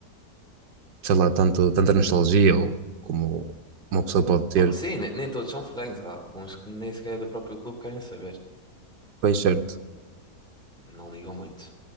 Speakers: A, on the right; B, in the centre.
A: sei lá, tanto, tanta nostalgia ou como uma pessoa pode ter,
B: Oh, sim, nem, nem todos são ferrenhos. Há alguns que nem sequer é do próprio clube querem saber.
A: pois certo.
B: Não ligam muito.